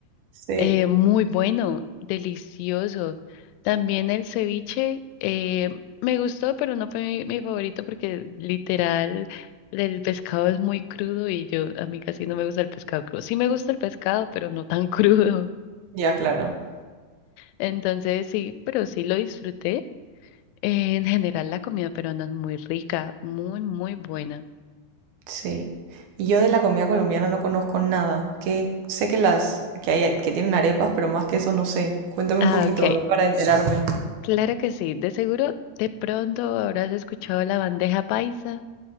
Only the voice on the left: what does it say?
Eh, muy bueno, delicioso. También el ceviche eh, me gustó, pero no fue mi, mi favorito porque literal el pescado es muy crudo y yo a mí casi no me gusta el pescado crudo. Sí me gusta el pescado, pero no tan <laughs> crudo.
Entonces sí, pero sí lo disfruté. Eh, en general la comida peruana es muy rica, muy, muy buena.
Ah,
ok,
claro que sí. De seguro, de pronto habrás escuchado la bandeja paisa.